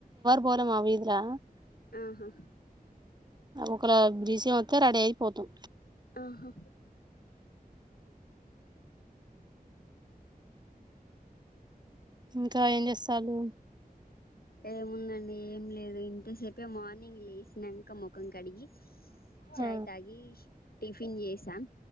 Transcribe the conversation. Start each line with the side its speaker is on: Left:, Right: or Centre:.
Right: పోదమా వీధిలో
Left: ఆహా!
Right: ఒకయాల డీసీఎం వస్తే రెడీ అయిపోతాం.
Left: ఆహా!
Right: ఇంకా ఏం చేస్తాల్లు.
Left: ఏముందండి ఏం లేదు ఇంతసేపే మార్నింగ్ లేసినాక ముఖం కడిగి. చాయ్
Right: ఆ
Left: తాగి టిఫిన్ చేసాం